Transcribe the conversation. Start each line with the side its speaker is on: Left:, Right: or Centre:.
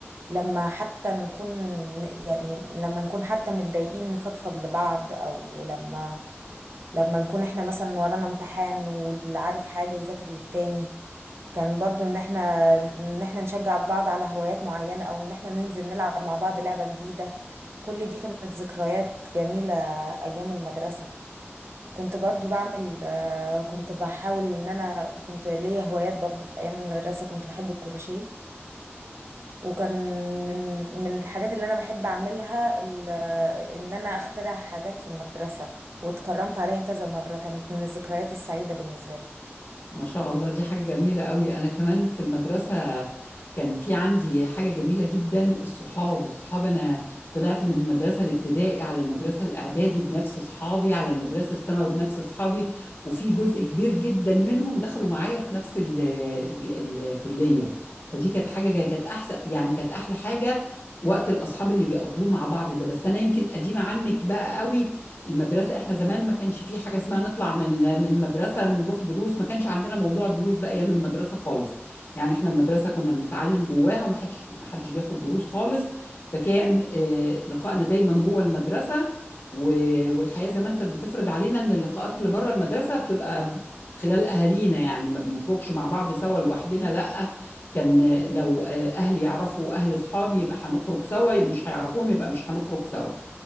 Right: لما حتى نكون يعني لما نكون حتى متضايقين نفضفض لبعض او لما لما نكون احنا مثلا ورانا امتحان واللي عارف حاجة يذاكر للتاني كان برضو ان احنا ان احنا نشجع بعض على هوايات معينة او ان احنا ننزل نلعب مع بعض لعبة جديدة كل دي كانت ذكريات جميلة ايام المدرسة كنت برضو بعمل آه، كنت بحاول ان انا كنت ليا هوايات برضو في ايام المدرسة كنت بحب الكروشيه وكان من من الحاجات اللي انا بحب اعملها ال- ان انا اخترع حاجات في المدرسة واتكرمت عليها كذا مرة كانت من الذكريات السعيدة بالنسبة لي
Left: ما شاء الله دي حاجة جميلة قوي أنا كمان في المدرسة كان في عندي حاجة جميلة جدا الصحاب الصحاب أنا طلعت من المدرسة الابتدائي على المدرسة الإعدادي بنفس صحابي على المدرسة الثانوي بنفس صحابي وفي جزء كبير جدا منهم دخلوا معايا في نفس ال ال الكلية فدي كانت حاجة جا- كانت أحسن يعني كانت أحلى حاجة وقت الأصحاب اللي بيقضوه مع بعض ده بس أنا يمكن قديمة عنك بقى قوي المدرسة احنا زمان ما كانش في حاجة اسمها نطلع من ال- من المدرسة نروح دروس ما كانش عندنا موضوع الدروس ده ايام المدرسة خالص يعني احنا المدرسة كنا بنتعلم جواها ومحدش محدش بياخد دروس خالص فكان آه، لقائنا دايما جوه المدرسة و- والحياة زمان كانت بتفرض علينا ان اللقاءات اللي بره المدرسة بتبقى خلال اهالينا يعني ما بنخرجش مع بعض سوا لوحدنا لا كان لو آه، اهلي يعرفوا اهل اصحابي يبقى هنخرج سوا مش هيعرفوهم يبقى مش هنخرج سوا